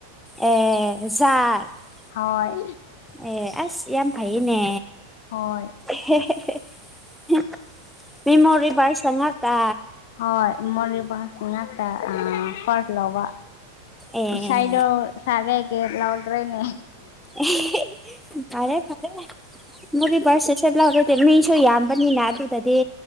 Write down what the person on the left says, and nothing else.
ꯍꯣꯏ
ꯍꯣꯏ
ꯍꯣꯏ ꯃꯣꯔꯔꯤꯕꯥꯁ ꯉꯥꯛꯇ ꯐꯥꯔ ꯂꯥꯎꯕ
ꯁꯥꯏꯗ ꯁꯒꯑꯒꯦ ꯂꯥꯎꯜꯗ꯭ꯔꯦꯅꯦ